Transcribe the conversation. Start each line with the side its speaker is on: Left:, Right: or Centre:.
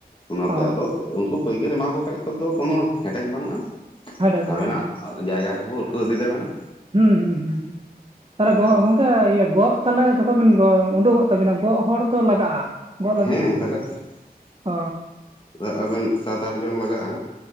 Left: ᱚᱱᱟᱛᱮ
Right: ᱚ
Left: ᱟᱫᱚ ᱩᱱᱠᱩ ᱯᱟᱹᱭᱠᱟᱹᱨ ᱮᱢᱟᱠᱚ ᱠᱷᱟᱡ ᱠᱚᱫᱚ ᱠᱳᱱᱳ ᱮᱴᱮᱠ ᱵᱟᱹᱱᱩᱜ-ᱟ᱾
Right: ᱦᱮᱰᱮᱠ
Left: ᱟᱵᱮᱱᱟᱜ
Right: ᱵᱟᱹᱱᱩᱜᱼᱟ
Left: ᱡᱟᱭᱜᱟ ᱠᱷᱚᱱ ᱠᱚ ᱩᱴᱷᱟᱹᱣ ᱤᱫᱤ ᱛᱟᱵᱮᱱᱟ
Right: ᱦᱩᱸ ᱦᱩᱸ ᱦᱩᱸ ᱛᱟᱦᱚᱞᱮ ᱜᱚ
Left: <unintelligible>
Right: ᱜᱚᱝᱠᱮ ᱤᱭᱟᱹ ᱜᱚᱜ ᱛᱟᱞᱮ ᱡᱚᱠᱷᱚᱱ ᱵᱮᱱ ᱜᱚᱜ ᱩᱰᱚᱠᱚᱜ ᱛᱟᱵᱮᱱᱟ ᱜᱚᱜ ᱦᱚᱲ ᱛᱚ ᱞᱟᱜᱟᱜᱼᱟ ᱜᱚᱜ ᱞᱟᱹᱜᱤᱫ
Left: ᱦᱮᱸ ᱞᱟᱜᱟᱜ ᱜᱮᱭᱟ᱾
Right: ᱚ
Left: ᱟᱵᱮᱱ ᱥᱟᱛ ᱟᱴ ᱡᱚᱱ ᱞᱟᱜᱟᱜᱼᱟ